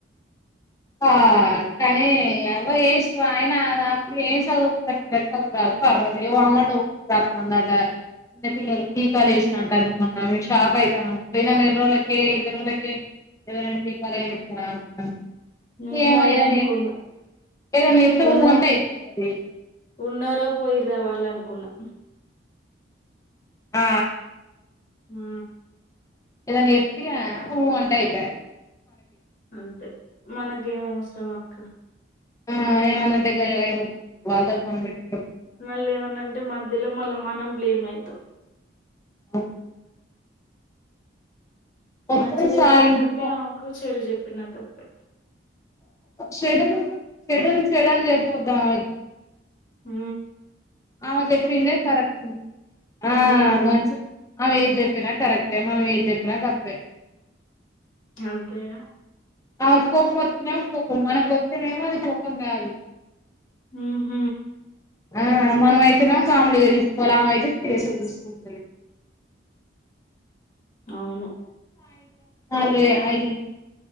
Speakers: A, on the left; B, on the left.
A: ఆ కానీ అవో ఆయన నాకు ఏం చదువుతదువురా పర్్రదు వా రాందట చిన్న పిల్లలు టీకాలు వేసినడట అది మొన్ననే షాక్ అయితాను పోయిన రెండు రోజులకే ఇరవై రోజులకే ఎవరైనా టీకాలు ఏపిస్తారా అనీ
B: నేను
A: మేము
B: అదే
A: ఏదైనా
B: అనుకున్నా.
A: చెప్ ఏదనా చెప్తే
B: ఉన్న
A: ఊ అంటే అయిపోతాది
B: ఉన్నారో పోయి్రా వాళ్ళు అనుకున్నా
A: ఆ
B: హూ
A: ఏదని ఎపత్తిగా ఊ అంటే అయిప్యా
B: అంతే మనకేం అవసరం అక్క
A: హ ఏమన్నా అంటే గయ్యగయ్య మోతుకుంటది వాళ్ళతో మనం బెట్
B: మళ్ళ ఏమన్నా అంటే మ ఇల్ల మళ్ళ మనం బ్లేమ్ అయితం
A: ఓ వత్తది
B: మంచి చెప్పిన
A: సాయంత్రం
B: తప్పే అవకు చెడు చెప్పి నా తప్పే
A: షెడల్ షెడల్ షెడల్ చెప్పొద్దూ ఆమెకి
B: హ
A: ఆమె చెప్పిందే కరెక్ట్ ఆ
B: ఉమ్
A: మంచి ఆమె ఏది చెప్పినా కరెక్ట్ అంటే మనం ఏది చెప్పినా తప్పే
B: అంతేనా
A: ఆ కోపం వస్తున్నామో కోపం మనకు వచ్చేనేేమో అది కోపం కాదు
B: హ హ
A: ఆ మనం అయితేనా కామెడీ తీసుకోవాల ఆమె అయితే సీరియస్సుంట
B: అవును
A: ఐదు